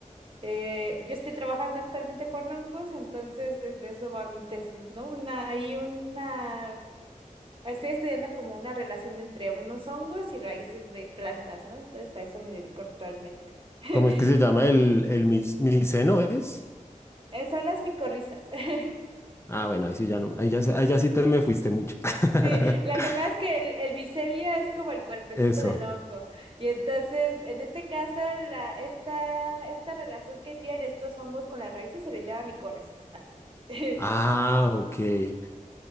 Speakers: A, on the right; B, on the left.
A: eh, yo estoy trabajando actualmente con hongos, entonces eh, de eso va mi tesis, ¿no? Una, hay una, estoy estudiando como una relación entre unos hongos y raíces de plantas, ¿no? Entonces a eso me dedico actualmente. <laughs>
B: ¿Cómo es que se llama el, el mis- miceno es?
A: Eh, son las micorrizas. <laughs>
B: Ah, bueno, ahí sí ya no, ahí ya, ahí ya sí te me fuiste mucho. <laughs>
A: Sí, lo que pasa es que el, el micelio es como el cuerpecito
B: Eso.
A: del hongo. Y entonces, en este caso, la, esta, esta relación que tienen estos hongos con las raíces se les llama micorrizas, así. <laughs>
B: Ah, ok. ¿Y,